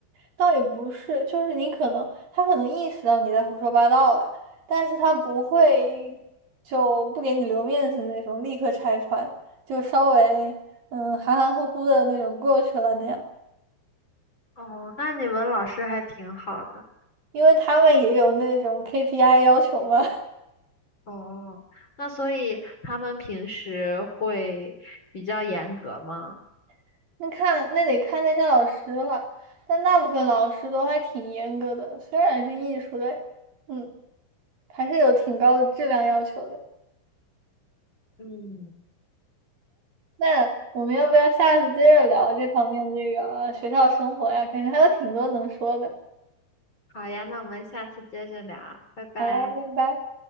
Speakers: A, on the right; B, on the left.
A: 倒也不是，就是你可能他可能意识到你在胡说八道了，但是他不会就不给你留面子那种，立刻拆穿，就稍微嗯含含糊糊的那种过去了那样，
B: 哦，那你们老师还挺好的。
A: 因为他们也有那种 KPI 要求嘛，
B: 哦，那所以他们平时会比较严格吗？
A: <laughs> 那看那得看那些老师了，但大部分老师都还挺严格的，虽然是艺术类，嗯，还是有挺高的质量要求的。
B: 嗯，
A: 那我们要不要下次接着聊这方面这个呃学校生活呀？感觉还有挺多能说的。
B: 好呀，那我们下次接着聊，拜拜。
A: 好呀，拜拜。